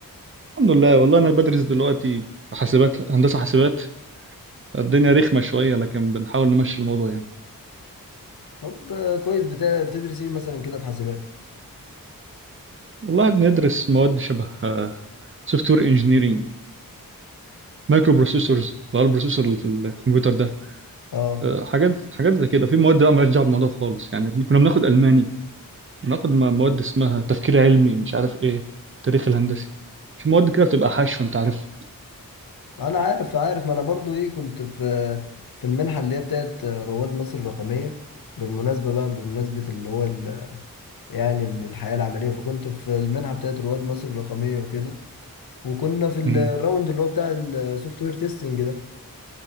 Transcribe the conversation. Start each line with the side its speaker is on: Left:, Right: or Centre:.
Right: الحمد لله والله انا بدرس دلوقتي في حاسبات هندسه حاسبات الدنيا رخمه شويه لكن بنحاول نمشي الموضوع يعني
Left: طب آه، كويس بتا... بتدرس ايه مثلا كده في حاسبات
Right: والله بندرس مواد شبه سوفت وير انجينيرنج مايكرو بروسيسورز اللي هو البروسيسور اللي في الكمبيوتر ده
Left: اه
Right: آه، حاجات حاجات زي كده في مواد بقى مالهاش دعوه بالموضوع خالص يعني كنا بناخد الماني بناخد م- مواد اسمها تفكير علمي مش عارف ايه تاريخ الهندسي في مواد كده بتبقى حشو انت عارف
Left: انا عارف عارف ما انا برضو ايه كنت في في المنحه اللي هي بتاعت رواد مصر الرقميه بالمناسبه بقى بمناسبه اللي هو ال... يعني ال- الحياه العمليه فكنت في المنحه بتاعت رواد مصر الرقميه وكده وكنا في الراوند
Right: مم.
Left: اللي هو بتاع السوفت وير تيستنج ده